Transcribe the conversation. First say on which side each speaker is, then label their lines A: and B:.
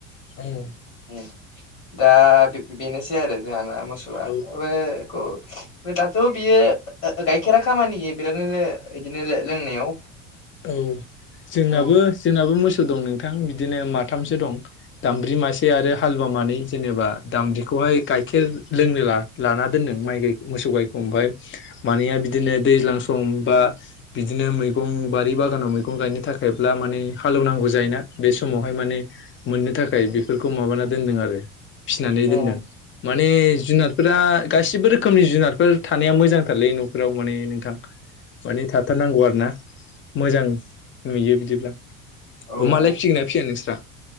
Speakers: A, on the left (about 30°); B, on the left (about 80°).
A: औ
B: उम दा बेनोसै आरो जोंहाना मोसौआ
A: औ
B: बेओफ्रायखौ दाथ' बियो गाइखेरा खामानि बिरादनो बिदिनो लोंनायाव
A: औ जोंनाबो
B: औ
A: जोंनाबो मोसौ दं नोंथां बिदिनो माथामसो दं दामब्रि मासे आरो हालुवा मानै जेनेबा दामब्रिखौ गायखेर लोंनो लाना दोन्दों माय मोसौ गायखौ ओमफाय मानैया बिदिनो दै दैज्लां सम बा बिदिनो मैगं बारि बागानाव मैगं गायनो थाखायब्ला माने हालौवनांगौ जायोना बे समावहाय माने मोननो थाखाय बेफोरखौ माबाना दोनदों आरो फिसिनानै
B: औ
A: दोनदों माने जुनारफोरा गासिबो रोखोमनि जुनारफोर थानाया मोजांथारलै न'फोराव माने नोंथां माने थाथारनांगौ आरोना मोजां नुयो बिदिब्ला
B: औ
A: अ मालाय फिसिगोन ना फिसिया नोंस्रा